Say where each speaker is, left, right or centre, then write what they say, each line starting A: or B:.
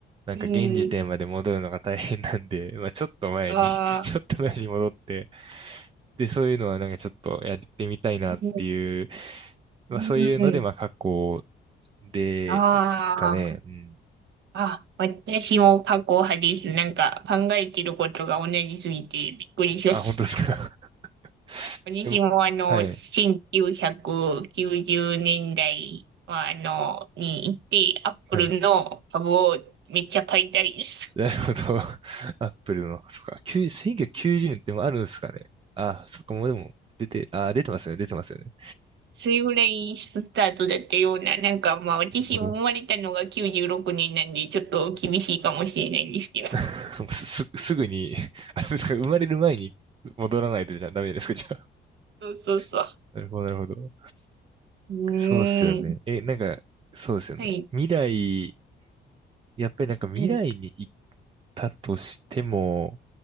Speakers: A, on the right; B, on the right.
A: なんか現時点まで戻るのが大変なんで、
B: うん。
A: まあちょっと前に
B: ああ、
A: <laughs> ちょっと前に戻って、で、そういうのはなんかちょっとやってみたいなっていう、
B: うん。うん
A: まあそういうので、まあ過去ですかね。
B: ああ
A: うん。
B: あ、私も過去派です。なんか考えてることが同じすぎてびっくりしました。
A: あ、本当ですか。<laughs>
B: <laughs> 私もあの、
A: でも、はい、
B: 1990年代はあの、に行って、アップルの株をめっちゃ買いたいです。
A: はい。なるほど。<laughs> アップルの、そっか、9 1990年ってもあるんですかね。あ、そっか、もうでも、出て、あ、出てますよね、出てますよね。
B: それぐらいスタートだったような、なんかまあ私も生まれたのが96年なんで、
A: なるほど。
B: ちょっと厳しいかもしれないんですけど。
A: <laughs> す、すぐに、あ、そうか生まれる前に戻らないとじゃダメですか、じゃあ。
B: そうそうそ
A: <laughs> なるほど、なるほど。
B: う。う
A: そうっすよね。
B: ーん。
A: え、なんか、そうですよね。
B: はい。
A: 未来、やっぱりなんか未来に行っ
B: うん。
A: たとしても、